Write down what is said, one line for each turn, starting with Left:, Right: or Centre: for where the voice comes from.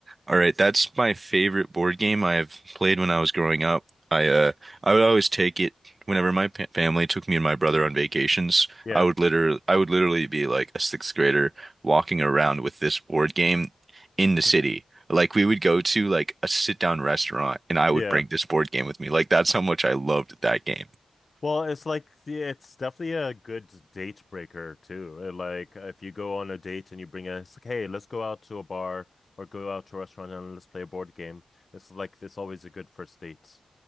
Right: All right, that's my favorite board game I've played when I was growing up. I uh I would always take it whenever my pa family took me and my brother on vacations.
Left: yeah,
Right: I would literally I would literally be like a sixth grader walking around with this board game in the city.
Left: <laughs>
Right: Like we would go to like a sit down restaurant and I would
Left: yeah.
Right: bring this board game with me. Like that's how much I loved that game.
Left: Well, it's like the- it's definitely a good date breaker too. Uh, Like uh, if you go on a date and you bring a, it's like, hey, let's go out to a bar or go out to a restaurant and let's play a board game. It's like it's always a good first date